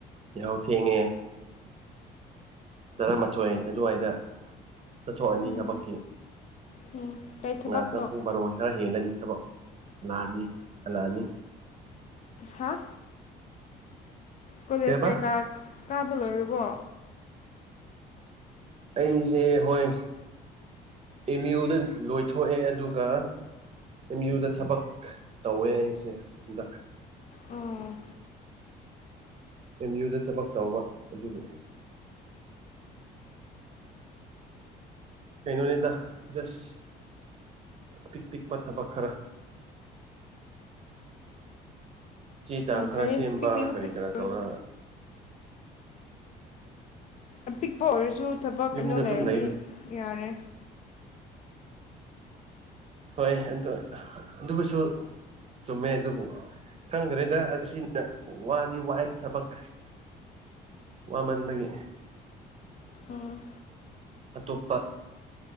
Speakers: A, on the right; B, on the left.
A: ꯌꯥꯍꯧ ꯊꯦꯡꯉꯦ ꯇꯔꯥꯃꯥꯊꯣꯏ ꯑꯗꯨꯋꯥꯏꯗ ꯆꯠꯊꯣꯛꯑꯅꯤ
B: ꯎꯝ
A: ꯊꯕꯛꯀꯤ
B: ꯎꯝ ꯀꯩ ꯊꯕꯛꯅꯣ
A: ꯉꯥꯇ ꯄꯨꯡ ꯕꯥꯔꯣ ꯈꯔ ꯍꯦꯜꯂꯅꯤ ꯊꯕꯛ ꯂꯥꯛꯑꯅꯤ ꯍꯜꯂꯛꯑꯅꯤ
B: ꯍꯥ ꯀꯣꯂꯦꯖ
A: ꯀꯩꯕ
B: ꯀꯩꯀꯥ ꯀꯥꯕ ꯂꯣꯏꯔꯕꯣ
A: ꯑꯩꯁꯦ ꯍꯣꯏ ꯑꯦꯝ ꯌꯨꯗ ꯂꯣꯏꯊꯣꯛꯑꯦ ꯑꯗꯨꯒ ꯑꯦꯝ ꯌꯨꯗ ꯊꯕꯛ ꯇꯧꯋꯦ ꯑꯩꯁꯦ ꯍꯟꯗꯛ
B: ꯑꯣ
A: ꯑꯦꯝ ꯌꯨꯗ ꯊꯕꯛ ꯇꯧꯕ ꯑꯗꯨꯒꯤ ꯀꯩꯅꯣꯅꯤꯗ ꯖꯁ ꯑꯄꯤꯛ ꯄꯤꯛꯄ ꯊꯕꯛ ꯈꯔ ꯆꯦ ꯆꯥꯡ
B: ꯌꯥꯝ
A: ꯈꯔ
B: ꯐꯩꯌꯦ
A: ꯁꯦꯝꯕ
B: ꯄꯤꯛꯄꯤꯌꯨ
A: ꯀꯔꯤ
B: ꯄꯤꯛ
A: ꯀꯔꯥ
B: ꯑꯣꯏꯔꯁꯨ
A: ꯇꯧꯔ
B: ꯑꯄꯤꯛꯄ ꯑꯣꯏꯔꯁꯨ ꯊꯕꯛ
A: ꯌꯨꯝꯗ
B: ꯀꯩꯅꯣ
A: ꯑꯗꯨꯝ
B: ꯂꯩꯔꯗꯤ
A: ꯂꯩꯕꯗꯣ
B: ꯌꯥꯔꯦ
A: ꯍꯣꯏ ꯑꯗꯨ ꯑꯗꯨꯕꯨꯁꯨ ꯆꯨꯝꯃꯦ ꯑꯗꯨꯕꯨ ꯈꯪꯗ꯭ꯔꯦꯗ ꯑꯁꯤꯅ ꯋꯥꯗꯤ ꯋꯥꯏ ꯊꯕꯛ ꯋꯥꯃꯟꯗꯒꯤ
B: ꯎꯝ
A: ꯑꯇꯣꯞꯄ